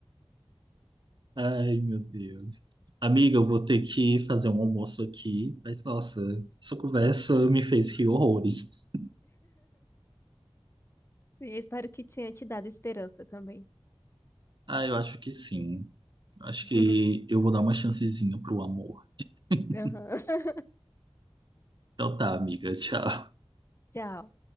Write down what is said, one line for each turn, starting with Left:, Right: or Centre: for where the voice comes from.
Right: Ai, meu Deus. Amiga, eu vou ter que fazer um almoço aqui, mas nossa, essa conversa me fez rir horrores.
Left: Sim, eu espero que tenha te dado esperança também.
Right: Ah, eu acho que sim. Acho
Left: <laughs>
Right: que eu vou dar uma chancezinha pro amor. <laughs>
Left: Aham.
Right: Então tá, amiga, tchau.
Left: Tchau.